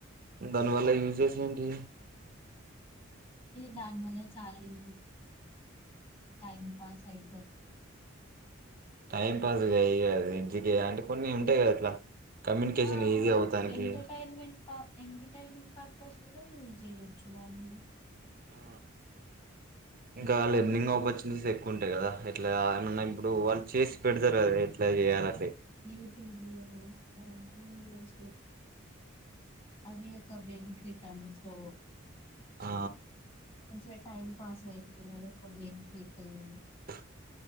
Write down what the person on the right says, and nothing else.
దానివల్ల యూజ్ చేసాండి
టైం పాస్ కాయి కద ఇ అంటే కొన్ని ఉంటాయి కదా ఇట్లా కమ్యూనికేషన్
ఈజీ అవుతానికి
ఆ, ఇంకా
లెర్నింగ్ ఆపర్చునిటీస్ ఎక్కువ ఉంటాయి కదా ఇట్లా ఏమన్నా ఇప్పుడు వాళ్ళు చేసి పెడతారు కదా ఎట్లా చేయాల
ఆ
అ